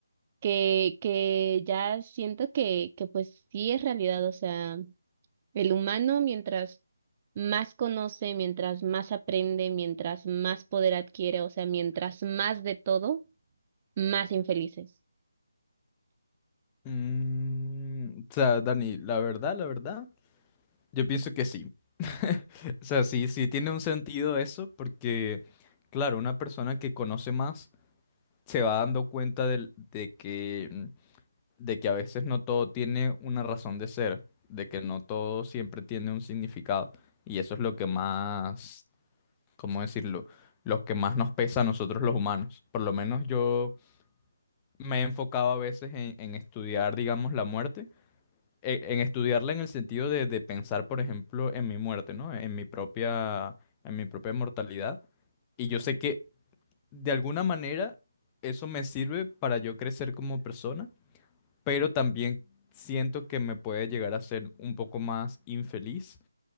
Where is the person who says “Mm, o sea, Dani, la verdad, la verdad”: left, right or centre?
Left